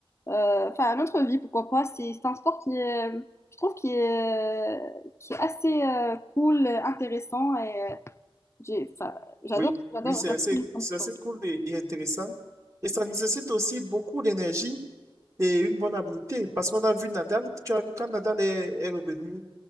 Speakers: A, on the left (about 30°); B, on the right (about 35°).
A: euh, enfin, notre vie, pourquoi pas, c'est c'est un sport qui est, je trouve, qui est, qui est assez euh, cool, intéressant et euh, j'ai, enfin, j'adore,
B: oui,
A: j'adore.
B: oui, c'est assez,
A: j'adore.
B: c'est assez cool et, et intéressant. Et ça nécessite aussi beaucoup d'énergie et une bonne habileté, parce qu'on a vu Nadal, tu as vu quand Nadal est, est revenu